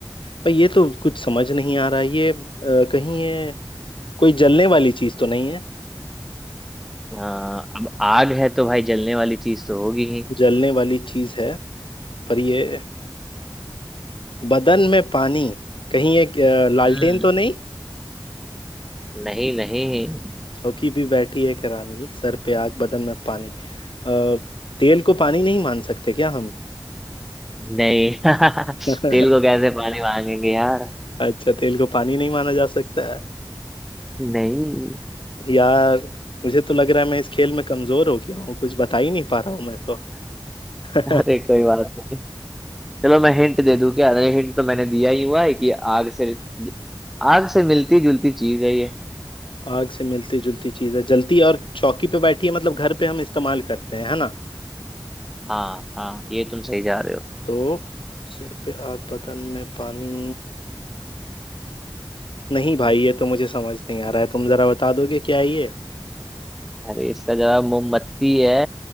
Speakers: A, on the left; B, in the centre.
A: पर ये तो कुछ समझ नहीं आ रहा है। ये अ, कहीं ये कोई जलने वाली चीज तो नहीं है
B: हाँ, अब आग है तो भाई जलने वाली चीज तो होगी ही
A: जलने वाली चीज है पर ये बदन में पानी कहीं एक अ, लालटेन
B: हम्म
A: तो नहीं
B: नहीं नहीं
A: चौकी भी बैठी है करानी सर पे आग बदन में पानी अ, तेल को पानी नहीं मान सकते क्या हम
B: नहीं <laughs>
A: <laughs>
B: तेल को कैसे पानी मांगेंगे यार
A: अच्छा तेल को पानी नहीं माना जा सकता है
B: नहीं
A: यार मुझे तो लग रहा है मैं इस खेल में कमजोर हो गया हूँ कुछ बता ही नहीं पा रहा हूँ मैं तो <laughs>
B: अरे कोई बात नहीं चलो मैं हिंट दे दूं क्या अरे हिंट तो मैंने दिया ही हुआ है कि आग से आग से मिलती जुलती चीज है ये
A: आग से मिलती जुलती चीज है जलती और चौकी पे बैठी है मतलब घर पे हम इस्तेमाल करते हैं है ना
B: हाँ हाँ ये तुम सही जा रहे हो
A: तो सिर पे आग बदन में पानी नहीं भाई ये तो मुझे समझ नहीं आ रहा है तुम जरा बता दोगे क्या है ये
B: अरे इसका जवाब मोमबत्ती है